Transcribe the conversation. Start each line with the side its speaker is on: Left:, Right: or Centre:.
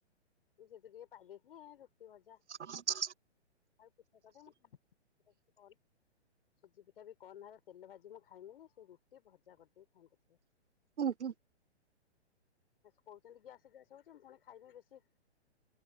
Left: ମୁଁ ସେଇଥୁରୁ ଟିକେ ପାଇଦେଇଥିନି ଏ ରୁଟି ଭଜା
Right: ହଁ
Left: ଆଉ ପିଠା କଦ ମୁ ସେଟା କିଛି କ ସୁଜି ପିଠା ବି କଣ ହେବ ତେଲ ଭାଜି ମୁଁ ଖାଇମିନି ସେଇ ରୁଟି ଭଜା କରିଦେଇକି ଖାଇମି ପଛିକା।
Right: ଉ ହୁଁ।
Left: କହୁଛନ୍ତି ଗ୍ୟାସ ଗ୍ୟାସ ହଉଛି ମୁ ପୁଣି ଖାଇମି ବେଶୀ